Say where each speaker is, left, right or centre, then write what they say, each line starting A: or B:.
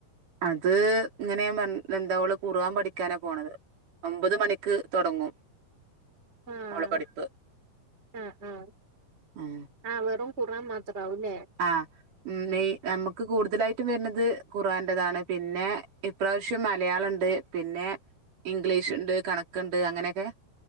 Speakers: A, on the right (about 50°); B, on the right (about 15°).
A: അത് ഇങ്ങനെ <unintelligible> എന്താ ഓള് ഖുർആം പഠിക്കാന പോണത്. ഒമ്പത് മണിക്ക് തൊടങ്ങും
B: ആഹ്
A: ഓളെ പഠിപ്പ്
B: ആഹ് ആഹ്
A: ഉം
B: ആഹ് വെറും ഖുർആം മാത്രാവൂല്ലേ
A: ആഹ് മേയ് നമ്മക്ക് കൂടുതലായിട്ടും വര്ന്നത് ഖുർആന്റതാണ് പിന്നെ ഇപ്രാവശ്യം മലയാളണ്ട്. പിന്നെ ഇംഗ്ലീഷ്ണ്ട് കണക്ക്ണ്ട് അങ്ങനക്കെ